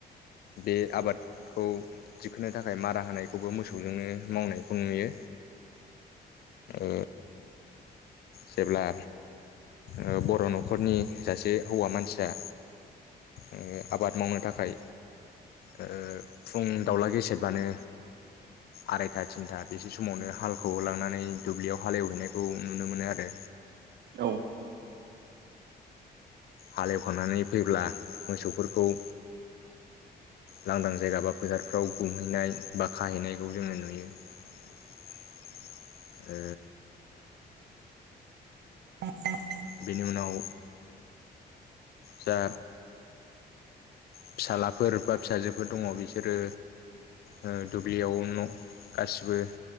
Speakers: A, on the left; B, on the right.
A: बे आबादखौ थिखोनो थाखाय मारा होनायखौबो मोसौजोंनो मावनायखौ नुयो। ओ जेब्ला ओ बर' न'खरनि सासे हौवा मानसिया ओ आबाद मावनो थाखाय ओ फुं दाउला गेसेेरबानो आरायथा थिनथा बेसे समावनो हालखौ होलांनानै दुब्लियाव हाल एवहैनायखौ नुनो मोनो आरो।
B: औ
A: हालेवखांनानै फैब्ला मोसौफोरखौ ओ लांदां जायगा बा फोथारफ्राव गुमहैनाय बा खाहैनायखौ जोङो नुयो। <inaudible> <unintelligible> ओ
B: <unintelligible> <unintelligible>
A: बेनि उनाव जा फिसालाफोर बा फिसाजोफोर दङ बिसोरो ओ दुब्लियाव न' गासिबो